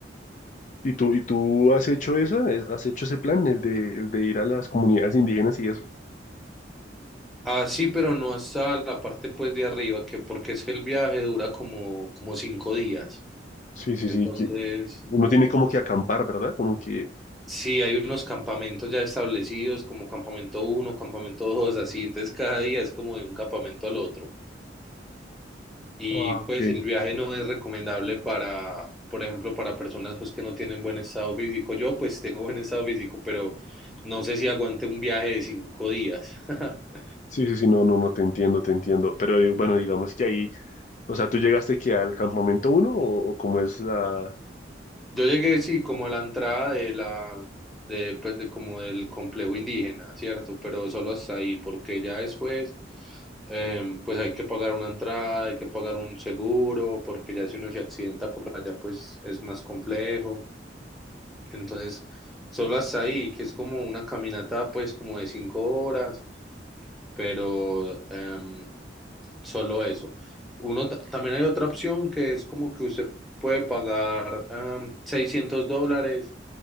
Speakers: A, on the left; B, in the centre.
A: ¿Y tú, y tú has hecho eso? ¿Has hecho ese plan, el de, el de ir a las comunidades indígenas y eso?
B: Ah, sí, pero no hasta la parte pues de arriba, que porque es que el viaje dura como, como cinco días.
A: Sí, sí,
B: Entonces,
A: sí. que uno tiene como que acampar, ¿verdad? Como que...
B: sí, hay unos campamentos ya establecidos, como campamento uno, campamento dos, así. Entonces, cada día es como de un campamento al otro. Y
A: Ah, ok.
B: pues el viaje no es recomendable para, por ejemplo, para personas pues que no tienen buen estado físico. Yo pues tengo buen estado físico, pero no sé si aguante un viaje de cinco días. <laughs>
A: Sí, sí, sí, no, no, no, te entiendo, te entiendo. Pero eh, bueno, digamos que ahí O sea, ¿tú llegaste aquí al campamento uno o, o cómo es la...?
B: Yo llegué, sí, como a la entrada de la, de, pues, de como del complejo indígena, ¿cierto? Pero solo hasta ahí, porque ya después, eh, pues hay que pagar una entrada, hay que pagar un seguro, porque ya si uno se accidenta por allá, pues es más complejo. Entonces, solo hasta ahí, que es como una caminata, pues, como de cinco horas, pero em, solo eso. Uno, ta- también hay otra opción que es como que usted puede pagar em, 600 dólares